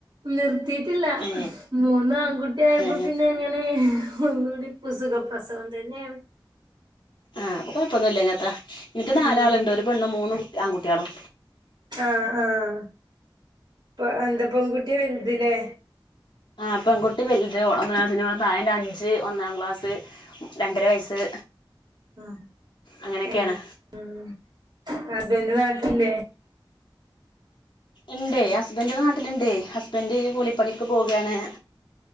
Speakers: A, on the right; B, on the left.
A: നിർത്തിട്ടില്ല
B: ഏ
A: മൂന്ന് ആൺകുട്ടി ആയപ്പോ
B: ഏ
A: പിന്നെ അങ്ങനെ ഒന്നൂടി പസുഗ പ്രസവം തന്നെ
B: ആഹ് അപ്പൊ കുഴപ്പൊന്നുമില്ല പിന്നെത്താ ഇൻക്ക് നാലാ
A: ഉം
B: ആളുണ്ട് ഒരു പെണ്ണും മൂന്ന് ആൺകുട്ട്യേളും
A: ആഹ ആഹ പ എന്താ പെൺകുട്ടി വൽത്‌ല്ലേ
B: ആഹ പെൺകുട്ടി വലുത് ഓൾ ഒന്ന് പിന്നെ ഓളെ താഴെ അഞ്ച് ഒന്നാം ക്ലാസ് രണ്ടര വയസ്സ്
A: ആ
B: അങ്ങനെയൊക്കെയാണ്
A: ഏ ഉം ഹസ്ബന്റ് നാട്ടിലില്ലേ
B: ഉണ്ടേ ഹസ്ബൻഡ് നാട്ടിൽ ഉണ്ടേ ഹസ്ബൻഡ് കൂലി പണിക്ക് പോകാണേ